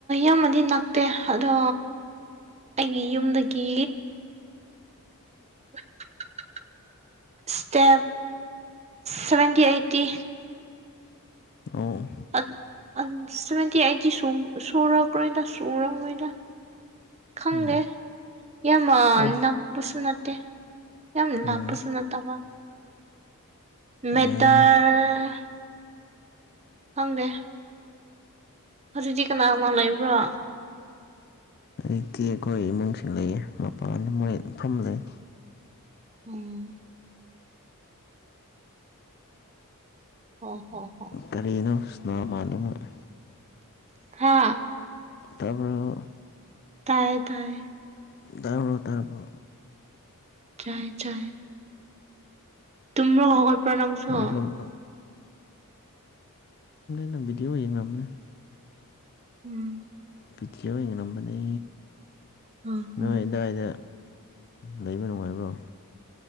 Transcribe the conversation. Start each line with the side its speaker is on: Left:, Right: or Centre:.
Right: ꯏꯃꯗꯤ ꯅꯛꯇꯦ ꯑꯗꯣ ꯑꯩꯒꯤ ꯌꯨꯝꯗꯒꯤ <unintelligible> ꯁ꯭ꯇꯦꯞ ꯁꯚꯦꯟꯇꯤ ꯑꯩꯇꯤ
Left: ꯑꯣ
Right: ꯑ ꯑꯟꯁ ꯁꯚꯦꯟꯇꯤ ꯑꯩꯠꯇꯤ ꯁꯨꯝ ꯁꯨꯔꯛꯔꯣꯏꯗ ꯁꯨꯔꯝꯃꯣꯏꯗ ꯈꯪꯗꯦ꯫
Left: ꯎꯝ
Right: ꯌꯥꯝ ꯑ
Left: ꯑꯁ
Right: ꯅꯛꯄꯁꯨ ꯅꯠꯇꯦ ꯌꯥꯝ
Left: ꯎꯝ
Right: ꯂꯥꯞꯄꯁꯨ ꯅꯠꯇꯕ꯫ ꯃꯦꯇꯔ
Left: ꯌꯥꯏꯅꯦ
Right: ꯈꯪꯗꯦ꯫ ꯍꯧꯖꯤꯛꯇꯤ ꯀꯅꯥ-ꯀꯅꯥ ꯂꯩꯕ꯭ꯔꯥ꯫
Left: ꯍꯧꯖꯤꯛꯇꯤ ꯈꯣꯏ ꯏꯃꯨꯡ ꯁꯤꯡ ꯂꯩꯏꯌꯦ ꯃꯄꯥꯟꯗ ꯃꯣꯏ ꯐꯝ ꯂꯩ꯫
Right: ꯎꯝ꯫ ꯑꯣ ꯍꯣ ꯍꯣ꯫
Left: ꯀꯔꯤꯅꫭ ꯁꯅꯥ ꯃꯥꯜꯂꯦ ꯃꫭꯏ꯫
Right: ꯍꯥꯥ꯫
Left: ꯇꯥꯕ꯭ꯔ꯫ꫭ
Right: ꯇꯥꯏꯌꯦ-ꯇꯥꯏꯌꯦ꯫
Left: ꯇꯥꯕ꯭ꯔꯣ ꯇꯥꯕ꯭ꯔꯣ
Right: ꯆꯥꯏ-ꯆꯥꯏ꯫ ꯇꯝꯔꯒ ꯍꯧꯒꯠꯄ꯭ꯔ ꯅꯪꯁꯨ꯫
Left: ꯅꯣꯏ ꯁꯣꯝꯗ ꯑꯝ ꯕꯤꯗꯤꯌꫭ ꯌꯦꯡꯔꯝꯕꯅꯦ꯫
Right: ꯎꯝ
Left: ꯄꯤꯊꯤ ꯑꯣ ꯌꯦꯡꯔꯝꯕꯅꯤ
Right: ꯎꯝ ꯎꯝ
Left: ꯅꯣꯏ ꯑꯗꯥꯏꯗ ꯂꯩꯕ ꯅꯨꯡꯉꯥꯏꯕ꯭ꯔꯣ